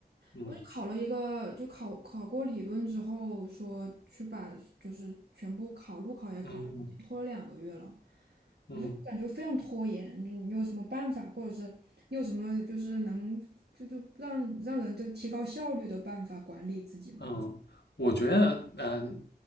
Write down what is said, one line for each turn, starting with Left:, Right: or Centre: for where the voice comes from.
Left: 嗯
Right: 我就考了一个就考考过理论之后说去把就是全部考路考也考，
Left: 嗯嗯嗯。
Right: 拖了两个月了。
Left: 嗯
Right: 感觉非常拖延。你你有什么办法，或者是你有什么就是能就就让让人就提高效率的办法管理自己吗？
Left: 嗯，我觉得，嗯、